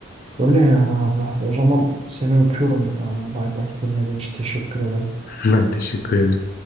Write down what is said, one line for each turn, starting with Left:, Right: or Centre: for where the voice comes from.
Right: Öyle yani abla. O zaman seni öpüyorum bir tanem. Bay bay. Dinlediğin için teşekkür ederim.
Left: Ben teşekkür ederim.